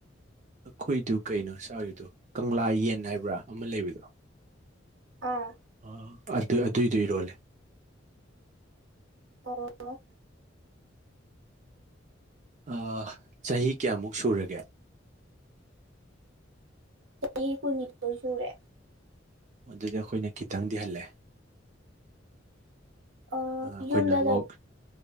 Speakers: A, on the right (about 40°); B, on the right (about 80°).
A: ꯑꯩꯈꯣꯏꯗꯨ ꯀꯩꯅꯣ ꯆꯥꯔꯤꯗꯨꯣ ꯀꯪꯂꯥ ꯌꯦꯟ ꯍꯥꯏꯕ꯭ꯔꯥ ꯑꯃ ꯂꯩꯕꯗꯣ
B: ꯑꯥ
A: ꯑ ꯑꯗꯨ ꯑꯗꯨꯏꯗꯨꯏꯔꯣꯜꯂꯦ
B: ꯑꯣ
A: ꯑ ꯆꯍꯤ ꯀꯌꯥꯃꯨꯛ ꯁꯨꯔꯒꯦ
B: ꯆꯍꯤ ꯀꯨꯃꯤꯇꯔꯁꯨꯨꯔꯦ
A: ꯑꯗꯨꯗꯤ ꯑꯩꯈꯣꯏꯅ ꯈꯤꯇꯪꯗꯤꯍꯜꯂꯦ
B: ꯑꯣ
A: ꯑꯩꯈꯣꯏꯅ
B: ꯌꯨꯝꯗ
A: ꯑꯃꯨꯛ
B: ꯂꯩ